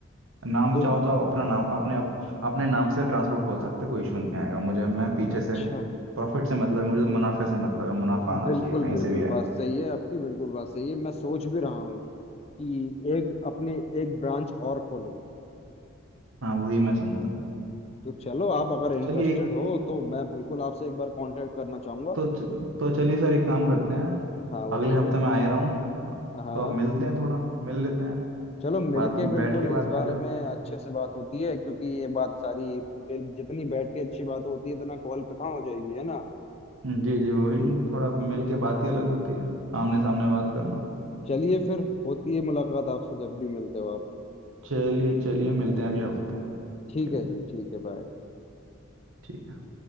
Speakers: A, on the right; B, on the left.
A: नाम
B: तो
A: चाहो तो आप अपना नाम अपने अप, अपने नाम से ट्रांसपोर्ट खोल सकते हो, कोई इशू नहीं आएगा मुझे मैं पीछे
B: अच्छा
A: से प्रॉफिट से मतलब है, मुझे तो मुनाफे से मतलब है मुनाफा
B: बिल्कुल
A: आना चाहिए कहीं
B: बिल्कुल
A: से भी आए
B: बात सही है आपकी बिल्कुल बात सही है मैं सोच भी रहा हूँ कि एक अपने एक ब्रांच और खोलूँ
A: हाँ वही मैं समझा रहा हूँ
B: तो चलो आप अगर इंटरेस्टेड
A: चलिए एक
B: हो तो मैं बिल्कुल आपसे एक बार कांटेक्ट करना चाहूंगा
A: तो तो चलिए सर एक काम करते हैं
B: हाँ बताइए
A: अगले हफ्ते मैं आ ही रहा हूँ
B: हाँ हाँ,
A: तो आप मिलते हैं थोड़ा मिल लेते हैं
B: चलो मिलके
A: बात में
B: बिल्कुल
A: बैठ के
B: इस
A: बात
B: बारे
A: कर लेते
B: में अच्छे से बात होती है क्योंकि ये बात सारी बे- जितनी बैठ के अच्छी बात होती है इतना कॉल पे कहाँ हो जाएगी है ना
A: हैं जी जी वही थोड़ा मिल के बात ही अलग होती है आमने सामने बात करना
B: चलिए फिर होती है मुलाकात आपसे जब भी मिलते हो आप
A: चलिए चलिए मिलते हैं अगले हफ्ते
B: ठीक
A: के
B: है
A: लिए
B: जी ठीक है बाय
A: ठीक है